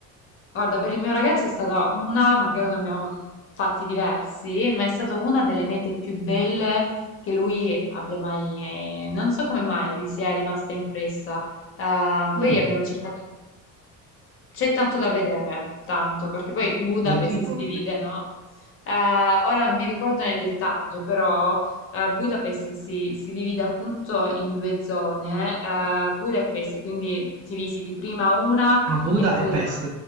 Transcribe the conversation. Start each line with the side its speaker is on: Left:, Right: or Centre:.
Left: Guarda, per il mio ragazzo è stata una, magari ne abbiamo fatti diversi, ma è stata una delle mete più belle che lui abbia mai, eh, non so come mai, gli sia rimasta impressa. Eh,
Right: Mm.
Left: poi abbiamo cercato, c'è tanto da vedere, tanto, perché poi Budapest
Right: Del tipo?
Left: si divide, no? Eh, ora non mi ricordo nel dettaglio, però eh, Budapest si, si divide appunto in due zone. eh, Budapest, quindi ti visiti prima una
Right: A Buda
Left: e poi
Right: e
Left: la...
Right: Pest.